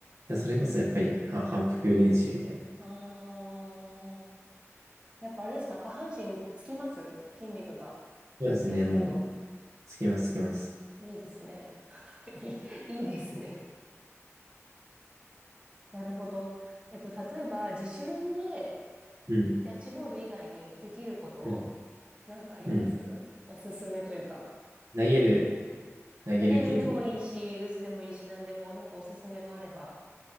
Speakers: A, on the right; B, on the right.
A: それこそやっぱり、は、反復練習みたいな。
B: ああ、やっぱあれですか、下半身つきます筋肉が。キャッチャーやってると。
A: そうですね。もう、つきます、つきます。
B: いいですね。<laughs> いい、いいですね。なるほど。えっと、例えば、自主練で
A: うん。
B: キャッチボール以外にできること
A: うん。
B: なんかありますおすすめというか。
A: うん。投げる、投げる系とか。
B: 投げるでもいいし、打つでもいいし、何でも、なんかおすすめのあれば。